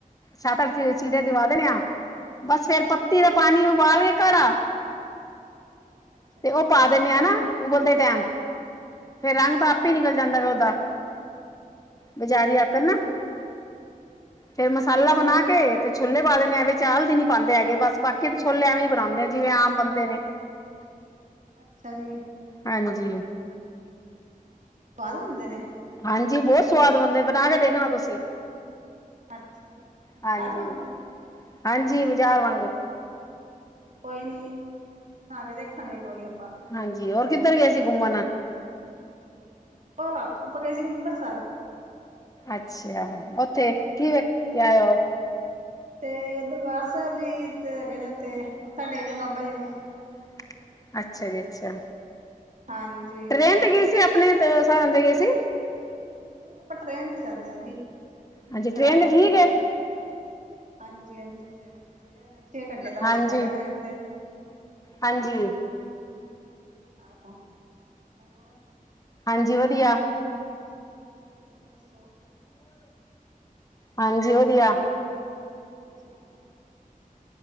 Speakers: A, on the left (about 25°); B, on the right (about 60°).
A: ਸੱਤ-ਅੱਠ ਚੀਰੇ ਦਿਵਾ ਦਿੰਨੇ ਆ। ਬਸ ਫਿਰ
B: ਅੱਛਾ
A: ਪੱਤੀ
B: ਜੀ
A: ਦਾ ਪਾਣੀ ਉਬਾਲ ਕੇ ਘੜਾ
B: ਅੱਛਾ ਜੀ
A: ਤੇ ਉਹ ਪਾ ਦਿੰਨੇ ਆ ਨਾ ਉਹ ਬੋਲਦੇ ਟਾਈਮ ਫਿਰ ਰੰਗ
B: ਅੱਛਾ
A: ਤਾਂ ਆਪੇ
B: ਜੀ
A: ਨਿਕਲ ਜਾਂਦਾ ਉਹਦਾ ਵਿਚਾਰੀ ਆਕਨ
B: ਹਾਂਜੀ,
A: ਨਾ ਹ ਫਿਰ ਮਸਾਲਾ ਬਣਾ ਕੇ ਤੇ ਛੋਲੇ ਪਾ ਦੇਨੇ ਐਵੇਂ ਹਲਦੀ ਨਹੀਂ ਪਾਉਂਦੇ ਹੈਗੇ ਬਸ ਬਾਕੀ ਛੋਲੇ ਐਵੇਂ ਹੀ ਬਣਾਉਂਦੇ ਜਿਵੇਂ ਆਮ ਬੰਦੇ ਨੇ
B: ਅੱਛਾ ਜੀ
A: ਹਾਂਜੀ
B: ਬਾਅਦ ਬੰਦੇ ਨੇ
A: ਹਾਂਜੀ ਬਹੁਤ ਸਵਾਦ ਬੰਦੇ ਬਣਾ ਕੇ ਦੇਖਣਾ ਤੁਸੀਂ
B: ਅੱਛਾ ਜੀ ਬਾਜ਼ਾਰ
A: ਹਾਂਜੀ
B: ਵਾਂਗੂ
A: ਹਾਂਜੀ ਬਾਜ਼ਾਰ ਵਾਂਗੁ
B: ਚਲੋ ਕੋਈ ਨੀ ਬਨਾਕੇ ਦੇਖਾਗੇ ਏਕ ਵਾਰੀ ਅਪ
A: ਹਾਂਜੀ ਹੋਰ ਕਿੱਧਰ ਗਏ ਸੀ ਗੁਮਨ
B: ਅ ਆਪ ਆਪਾਂ ਕ ਸੀੀ ਅੰਬ੍ਰਰਸਰ
A: ਅੱਛਾ ਉਓਥੇ ਕੀ ਵੇ ਆ ਉਹ
B: ਤੇ ਦਰਬਾਰ ਸਾਹਿਬ ਜੀ ਹੈਗੇ ਨੇ ਉਥੇ, ਮੱਥਾ ਟੇਕਦੇ ਬਾਬਾ ਜੀ ਨੂੰ।
A: <unintelligible> ਅੱਛਾ ਜੀ ਅੱਛਾ
B: ਹਾਂਜੀ
A: ਟਰੇਨ ਤੇ ਗਏ ਸੀ ਆਪਣੇ ਸਾਬ ਤੇ ਗਏ ਸੀ
B: ਨਈ ਆਪਾ ਟਰੇਨ ਤੇ ਜਾਨੇਯਾ ਜੀ ਬੁਕਿਗ
A: ਹਾਂਜੀ ਟ੍ਰੇਨ
B: ਕਰਾ ਕੇ
A: ਤੇ ਠੀਕ ਹੈ
B: ਹਾਂਜੀ ਹਾਂਜੀ ਟਰੇਨਤੇ ਚਲੇ ਜਾਨੇਯਾ ਅਸੀ ਛੇ ਘੰਟੇ ਦਾ
A: ਹਾਂਜੀ
B: ਰਸਤਾ ਹੇਗਾ ਟਰੇਨ ਤੇ
A: ਹਾਂਜੀ
B: ਆਹੋ ਹੋਰ
A: ਹਾਂਜੀ ਵਧੀਆ
B: ਹੋਰ ਦੱਸੋ
A: ਹਾਂਜੀ ਵਧੀਆ
B: ਸੁਣਾ